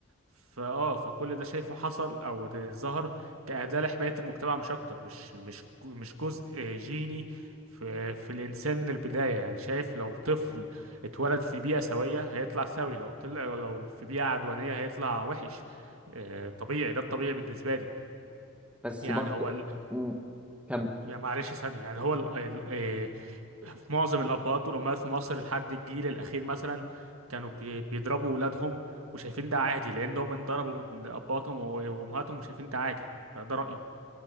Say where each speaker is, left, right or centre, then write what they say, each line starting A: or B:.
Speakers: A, on the right; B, in the centre.
A: فاه فكل ده شايفه حصل او ده ظهر كأداة لحماية المجتمع مش اكتر مش مش مش جزء جيني في في الانسان من البداية يعني شايف لو طفل اتولد في بيئة سوية هيطلع سوي لو طلع لو في بيئة عدوانية هيطلع وحش آه، طبيعي ده الطبيعي بالنسبة لي
B: بس
A: يعني
B: برضه
A: هو ال...
B: مم، كمل
A: يعني معلش ثانية يعني هو ال... ال... آه، في معظم الابهات والامهات في مصر لحد الجيل الاخير مثلا كانوا بي- بيضربوا ولادهم وشايفين ده عادي لانهم انضربوا من اباتهم و- وامهاتهم وشايفين ده عادي فده رايي